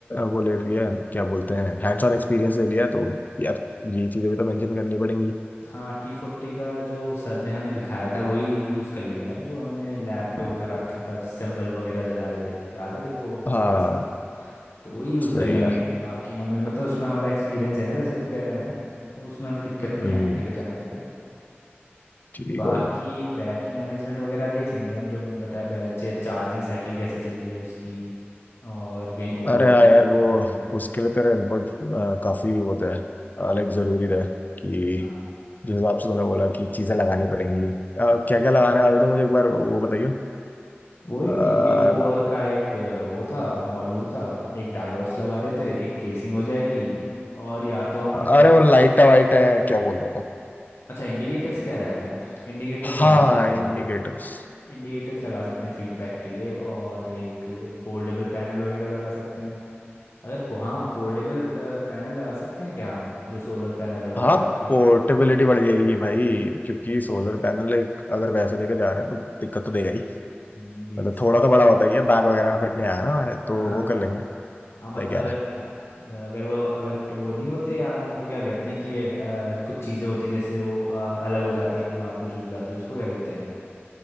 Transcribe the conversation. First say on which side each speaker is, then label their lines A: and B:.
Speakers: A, on the left; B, on the left.
A: वो ले रही है क्या बोलते हैं हैंड्स ऑन एक्सपीरियंस ले लिया तो यार ये चीज़ें भी तो मेंशन करनी पड़ेंगी
B: हाँ टी फोर्टी का जो सर ने हमें दिखाया था वही यूज़ कर लेंगे हम जो हमने लैब पे वो कर रखा था जिससे हम बल्ब वगैरह जला रहे थे याद है तेरे को वो
A: हाँ
B: छोटा सा था तो वही यूज़
A: सही
B: कर लेंगे
A: है
B: हम बाकी हमें मतलब उसमें हमारा एक्सपीरियंस है ना जैसे तू कह रहा है तो उसमें हमें दिक्कत नहीं
A: हम्म
B: आएगी फिर जहाँ तक है
A: ठीक
B: बाकी
A: हो गया
B: बैटरी मैनेजमेंट वगैरह देख लेंगे हम जो हमने बताया बैटरी चार्जिंग साइकिल कैसे चल रही है उसकी और कहीं ओवरलोड
A: अरे हाँ यार
B: तो
A: वो
B: नहीं पड़ रहा है
A: उसके लिए तेरा इनपुट काफ़ी होता है लाइक ज़रूरी रहे कि
B: हाँ
A: जिस हिसाब से तूने बोला कि चीज़ें लगानी पड़ेंगी क्या क्या लगाने वाले थे मुझे एक बार वो बताइए
B: वही
A: अ,
B: टीपी फोर
A: ना,
B: का एक अ, वो था मॉड्यूल था एक डायोड्स लगा रहे थे एक केसिंग हो जाएगी और या तो हम मैं
A: अरे
B: कह रहा
A: वो लाइटा वाइटा है क्या बोल रहा था
B: अच्छा इंडिकेटर्स कह रहा है तू इंडिकेटर्स
A: हाँ
B: लगा सकते हैं
A: इंडिकेटर्स
B: इंडिकेटर्स लगा सकते हैं फीडबैक के लिए और एक फोल्डेबल पैनल वगैरह लगा सकते हैं अगर फो, हाँ फोल्डेबल पैनल लगा सकते हैं क्या हम जो सोलर पैनल होगा
A: हाँ
B: ताकि
A: पोर्टेबिलिटी बढ़ जाएगी भाई क्योंकि
B: हम्म,
A: सोलर पैनल एक अगर वैसे लेके जा रहे हैं तो दिक्कत तो देगा ही
B: हम्म, ये भी
A: मतलब
B: सही
A: थोड़ा तो बड़ा
B: है।
A: होता ही है बैग वगैरह में फिट नहीं आया ना हमारे तो
B: हाँ हाँ।
A: वो कर लेंगे सही
B: हाँ मतलब
A: कह
B: अगर
A: रहा है
B: अगर वो अगर तो वो नहीं होते यार उनको क्या कहते हैं कि ये अ, कुछ चीज़ें होती हैं जैसे वो अ, अलग हो जाती हैं फिर बाद में जुड़ जाती है उसको क्या कहते हैं